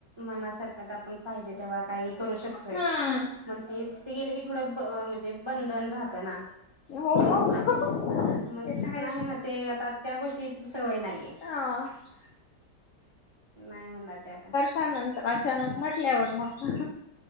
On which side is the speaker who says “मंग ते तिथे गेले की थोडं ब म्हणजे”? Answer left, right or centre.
Right